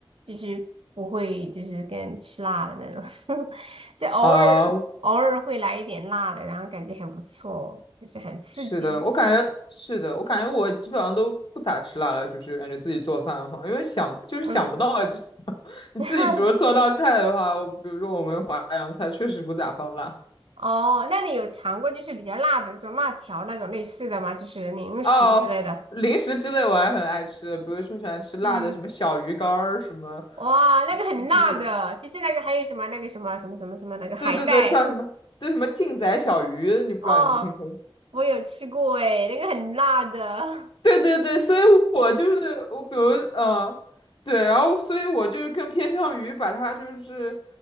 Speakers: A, on the right (about 75°); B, on the left (about 55°).
A: 就是不会就是跟吃辣的那种，<laughs> 就偶尔
B: 啊、
A: 偶尔会来一点辣的，然后感觉很不错，就是很刺激。
B: 是的，我感觉是的，我感觉我基本上都不咋吃辣了，就是感觉自己做饭的话，因为想就是想不到这
A: 嗯，
B: <laughs> 你自己比如做道菜的话，
A: <laughs>
B: 我比如说我们淮扬菜确实不咋放辣
A: 哦，那你有尝过就是比较辣的，那种辣条那种类似的吗？就是零食之类的。
B: 哦。零食之类我还很爱吃，比如说喜欢吃辣的，
A: 嗯，
B: 什么小鱼干儿，什么
A: 哇，那个很辣的，
B: 就是
A: 其实那个还有什么那个什么什么什么什么那个海带
B: 对对对，叫什么对什么劲仔小鱼，你不知道你们听说过？
A: 哦，我有吃过诶，那个很辣的，
B: 对对对，所以我就是我，比如嗯，对，然后所以我就是更偏向于把它就是